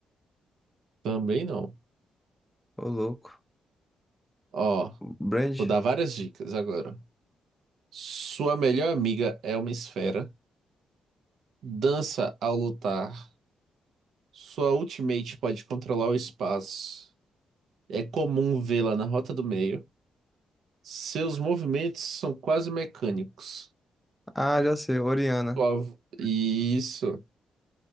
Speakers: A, on the right (about 75°); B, in the centre.
A: Também não.
B: Ô, louco.
A: Ó,
B: Brand.
A: vou dar várias dicas agora. Sua melhor amiga é uma esfera. Dança ao lutar. Sua ultimate pode controlar o espaço. É comum vê-la na rota do meio. Seus movimentos são quase mecânicos.
B: Ah, já sei, Oriana.
A: Sua av- Isso.